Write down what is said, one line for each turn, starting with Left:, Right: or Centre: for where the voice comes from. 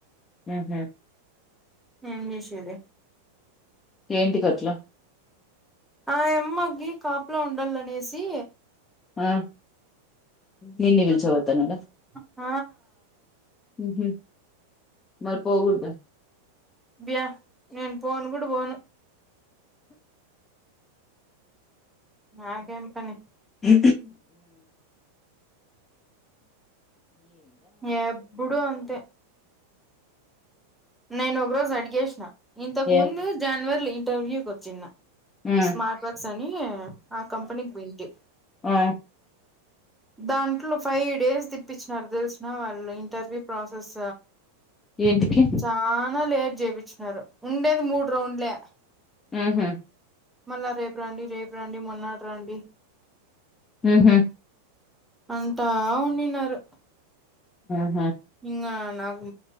Left: ఉహు
Centre: ఏం చేసేది
Left: ఏంటికట్లా
Centre: ఆ యమ్మకి కాపలా ఉండాల అనేసి
Left: ఆ నిన్ను
Centre: <unintelligible>
Left: పిలిచపోతాన్నాడా
Centre: ఆ
Left: ఉహు మరి పోగుడదా
Centre: అబ్యా నేను పోను కూడా పోను నాకేం పని
Left: ఉ
Centre: ఎభుడు అంతే నేను ఒక రోజు అడిగేసిన ఇంతకు
Left: ఏ
Centre: ముందు జనవరిలో ఇంటర్వికి వోచిన
Left: ఉమ్
Centre: స్మార్ట్ వక్ తని ఆ కంపెనీకి పొయింటి
Left: ఆ
Centre: దాంట్లో ఫైవ్ డేస్ తిప్పించినారు తెలిసిన వాళ్ళు ఇంటర్వ్యూ ప్రాసెస్
Left: ఏంటికి
Centre: చనా లేట్ జేపిచ్చినారు ఉండేది మూడు రౌండ్లే.
Left: ఉమ్ హ్
Centre: మళ్ళా రేపు రండి రేపు రండి మొన్నాటు రండి.
Left: ఉమ్ హు
Centre: అంటా వుండిన్నారు.
Left: ఆ
Centre: ఇంగాన్ నాకు